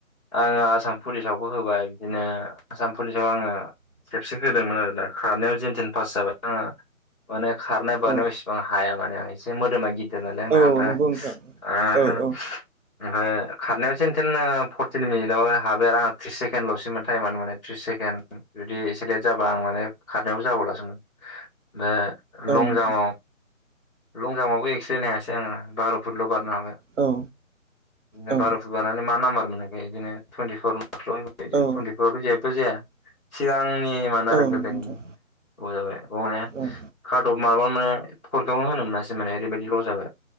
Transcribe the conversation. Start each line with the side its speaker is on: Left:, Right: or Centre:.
Centre: आङो आसाम पुलिसावबो होबाय बिदिनो आसाम पुलिसाव आङो खेबसे होदोंमोन आरोना खारनायाव जेन थेन पास जाबाय आङो माने खारनाय बारनायाव
Right: औ
Centre: एसेबां हाया माने आं एसे मोदोमा गि जानालाया
Right: औ
Centre: आंना नोंथां
Right: औ नंगौ औ औ
Centre: <unintelligible> खारनायाव जेन थेन ओ फरटिन मिनिटआव हाबाय आरो आं त्रिस सेकेडलसमोन टाइमान माने थ्रिस सेकेणड जुदि एसे लेट जाबा आं माने खारनायावबो जाबावलासोमोन ओफ्राय लं
Right: औ नोंथां
Centre: जामाव लं जाम्पआवबो एक्सलेड हायासै आङो बार फुटल बारनो हाबाय
Right: औ
Centre: बिदिनो
Right: औ
Centre: बार फुट बारनानै मा नाम्बार मोनो बिदिनो थुइेन्टिफर
Right: औ
Centre: <unintelligible> जेबो जाया सिगांनि मोन आरो
Right: औ
Centre: गोदोनि
Right: नंगौ नोंथां
Centre: गोबाव जाबाय माने
Right: औ
Centre: खाटब माबा मोनो बेखौनो होनो मोनासै माने ओरैबायदि ल जाबाय